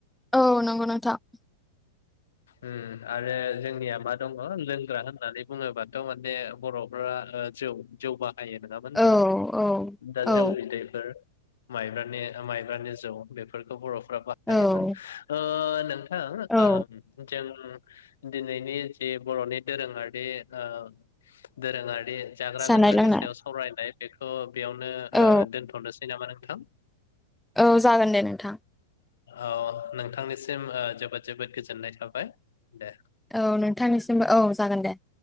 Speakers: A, in the centre; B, on the left (about 80°).
A: औ नंगौ नोंथां <inaudible>
B: उम आरो जोंनिया मा दङ' लोंग्रा होननानै बुङोबाथ' माने बर'फ्रा जौ जौ बाहायो नङामोन होनबा
A: औ औ
B: दा
A: औ
B: जौ बिदैफोर माइब्रानि माइब्रानि जौ बेफोरखौ बर'फ्रा बाहायोमोन
A: औ
B: ओ नों नोंथां
A: औ
B: जों दिनैनि जि बर'नि दोरोङारि ओ दोरोङारि जाग्रा
A: जानाय
B: लोंग्रानि
A: लोंनाय
B: सायाव सावरायनाय बेखौ बेयावनो
A: औ
B: दोनथ'नोसै नामा नोंथां?
A: औ जागोन दे नोंथां।
B: औ नोंथांनिसिम जोबोद जोबोद गोजोननाय थाबाय दे।
A: औ नोंथांनिसिमबो औ जागोन दे।